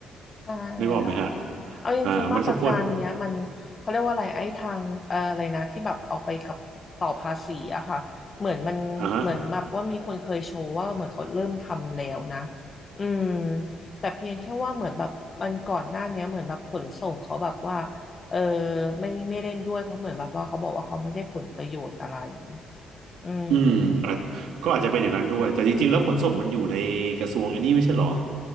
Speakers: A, on the left; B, on the right.
A: ใช่
B: นึกออกไหมฮะ
A: ค่ะเอาจริงๆมาตรการเนี้ยมันเขาเรียกว่าอะไรไอ้ทางเอ่ออะไรนะที่แบบเอาไปกับต่อภาษีอะค่ะเหมือนมันเหมือนแบบว่ามีคนเคยโชว์ว่าเหมือนเขาเริ่มทำแล้วนะ
B: อ่ามันสมควรอ่าฮะ
A: อืมแต่เพียงแค่ว่าเหมือนแบบมันก่อนหน้าเนี้ยเหมือนแบบขนส่งเขาแบบว่าเออไม่ไม่เล่นด้วยเพราะเหมือนแบบว่าเขาบอกว่าเขาไม่ได้ผลประโยชน์อะไรอืม
B: อืมอาจก็อาจจะเป็นอย่างนั้นด้วยแต่จริงๆแล้วขนส่งมันอยู่ในกระทรวงอันนี้ไม่ใช่เหรอ